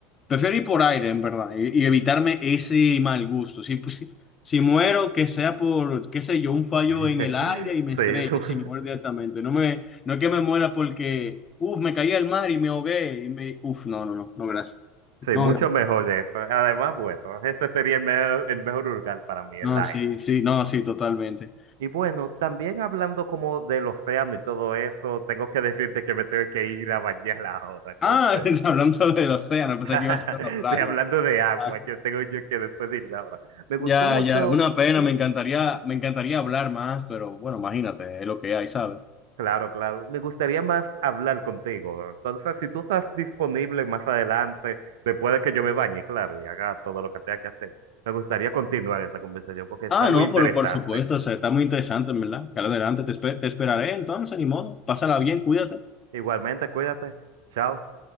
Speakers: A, on the left; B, on the right.
A: prefiero ir por aire, en verdad, y, y evitarme ese mal gusto. Si, pues, si, si muero, que sea por, qué sé yo, un fallo
B: <laughs>
A: en el aire y
B: Sí,
A: me estrelle,
B: <laughs>
A: si me muero directamente. No me, no es que me muera porque, uff, me caí al mar y me ahogué. Y me, uff, no, no, no, no, gracias.
B: sí,
A: No,
B: mucho
A: gracias.
B: mejor eso. Además, bueno, ese sería el mejor, el mejor lugar para mí, el
A: No,
B: aire.
A: sí, sí, no, sí, totalmente.
B: Y bueno, también hablando como del océano y todo eso, tengo que <laughs> decirte que me tengo que ir a bañar ahora. Entonces,
A: Ah, <laughs> hablando del océano,
B: <laughs>
A: pensé que iba a ser la playa.
B: sí, hablando de agua,
A: Ah.
B: yo tengo yo que despedirme ahora. Me gustó
A: Ya,
B: mucho,
A: ya, una pena, me encantaría, me encantaría hablar más, pero bueno, imagínate, es lo que hay, ¿sabes?
B: claro, claro, me gustaría más hablar contigo. Entonces, si tú estás disponible más adelante, después de que yo me bañe, claro, y haga todo lo que tenga que hacer, me gustaría continuar esta conversación porque está
A: Ah,
B: muy
A: no,
B: interesante.
A: pero por supuesto, o sea, está muy interesante, en ¿verdad? Claro, adelante, te, espe- te esperaré entonces, ni modo. Pásala bien, cuídate.
B: Igualmente, cuídate. Chao.